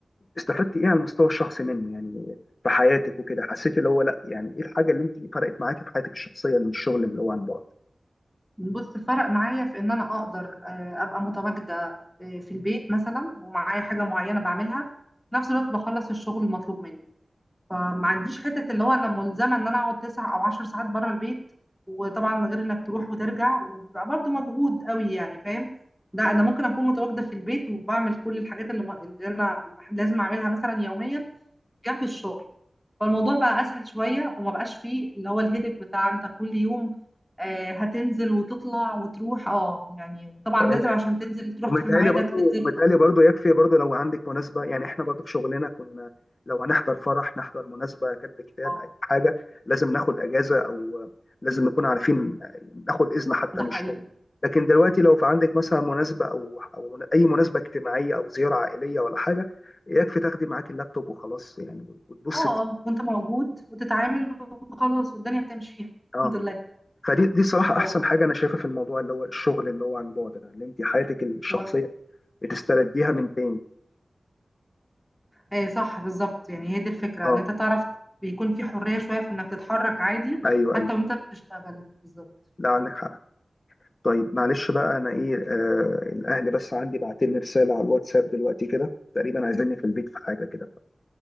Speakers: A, on the left; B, in the centre.
A: استفدت ايه على المستوى الشخصي منه يعني في حياتك وكده حسيت اللي هو لا يعني ايه الحاجة اللي انت فرقت معاكي في حياتك الشخصية من الشغل اللي هو عن بعد
B: بص فرق معايا في ان انا اقدر آه، ابقى متواجده آه، في البيت مثلا ومعايا حاجه معينه بعملها في نفس الوقت بخلص الشغل المطلوب مني فما عنديش حته اللي هو انا ملزمه ان انا اقعد تسع او عشر ساعات بره البيت وطبعا غير انك تروح وترجع وبيبقى برضه مجهود قوي يعني فاهم لا انا ممكن اكون متواجده في البيت وبعمل كل الحاجات اللي, ما- اللي انا لازم اعملها مثلا يوميا جنب الشغل فالموضوع بقى اسهل شويه وما بقاش فيه اللي هو الهيدك بتاع انت كل يوم آه، هتنزل وتطلع وتروح اه يعني وطبعا
A: آه.
B: لازم عشان تنزل تروح
A: ومتهيألي
B: في ميعادك
A: برضو
B: تنزل
A: متهيألي برضو يكفي برضو لو عندك مناسبة يعني احنا برضو في شغلنا كنا لو هنحضر فرح نحضر مناسبة كتب كتاب
B: اه
A: أي حاجة لازم ناخد أجازة أو لازم نكون عارفين ناخد إذن حتى
B: ده
A: من الشغل
B: حقيقه
A: لكن دلوقتي لو في عندك مثلا مناسبة أو أو أي مناسبة اجتماعية أو زيارة عائلية ولا حاجة يكفي تاخدي معاك اللابتوب وخلاص يعني وتبص
B: اه
A: فيه
B: اه وانت موجود وتتعامل وخلاص والدنيا بتمشي فيها
A: اه
B: الحمد لله
A: فدي دي صراحة
B: اه
A: أحسن حاجة أنا شايفها في الموضوع اللي هو الشغل اللي هو عن بعد ده اللي أنت حياتك الشخصية
B: و-
A: بتسترديها من تاني
B: ايه صح بالظبط يعني هي دي الفكرة
A: اه
B: ان انت تعرف بيكون في حرية شوية في انك تتحرك عادي
A: ايوه
B: حتى
A: ايوه
B: وانت بتشتغل بالظبط
A: لا عندك حق طيب معلش بقى انا ايه آه الاهل بس عندي بعتلي رساله على الواتساب دلوقتي كده تقريبا عايزيني في البيت في حاجه كده